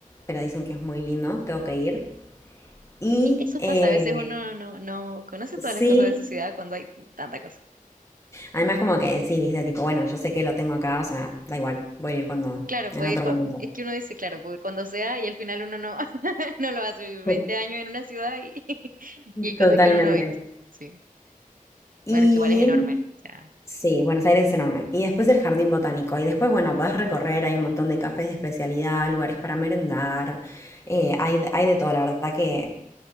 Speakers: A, on the left (about 20°); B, on the right (about 70°).
A: pero dicen que es muy lindo, tengo que ir. Y
B: Sí, eso
A: eh,
B: pasa. A veces uno no, no conoce
A: sí,
B: todas las cosas de su ciudad cuando hay tanta cosa.
A: además como que sí, viste, tipo, bueno, yo sé que lo tengo acá, o sea, da igual, voy a ir cuando,
B: Claro,
A: en
B: puede,
A: otro
B: cua-
A: momento.
B: es que uno dice, claro, puede cuando sea y al final uno no, <laughs> no lo hace. vivir
A: <laughs>
B: Veinte años en una ciudad y, <laughs> y hay cosas
A: Totalmente.
B: que uno no ha visto. Sí.
A: Y
B: Bueno, es que igual es enorme. O sea,
A: Sí, Buenos Aires es enorme. Y después el jardín botánico. Y después, bueno, podés recorrer, hay un montón de cafés de especialidad, lugares para merendar, eh, hay, de- hay de todo, la verdad que